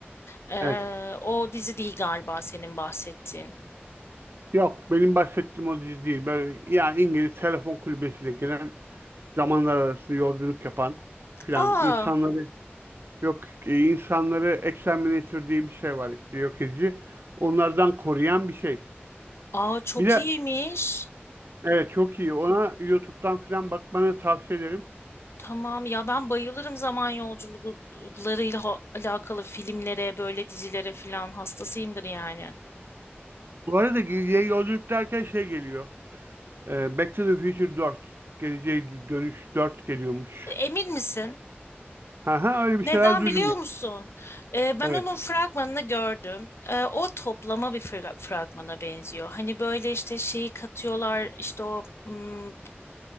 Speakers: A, on the left; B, on the right.
A: Ee,
B: Evet.
A: o dizi değil galiba senin bahsettiğin.
B: Yok benim bahsettiğim o dizi değil. Böyle, yani İngiliz telefon kulübesiyle gelen zamanlar arası yolculuk yapan filan
A: Aa,
B: insanları yok e, insanları exterminator diye bir şey var işte yok edici. Onlardan koruyan bir şey.
A: aa çok
B: Bir de
A: iyiymiş.
B: evet çok iyi. Ona YouTube'dan filan bakmanı tavsiye ederim.
A: Tamam ya ben bayılırım zaman yolculuklarıyla ha- alakalı filmlere, böyle dizilere filan hastasıyımdır yani.
B: Bu arada Gildi'ye yolculuk derken şey geliyor. Ee, Back to the Future dört Geleceğe Dönüş 4 geliyormuş.
A: Emin misin?
B: Ha ha öyle bir
A: Neden
B: şeyler duydum
A: biliyor
B: ya.
A: musun? Ee, ben
B: Evet.
A: onun fragmanını gördüm. Ee, o toplama bir fra- fragmana benziyor. Hani böyle işte şeyi katıyorlar işte o hmm,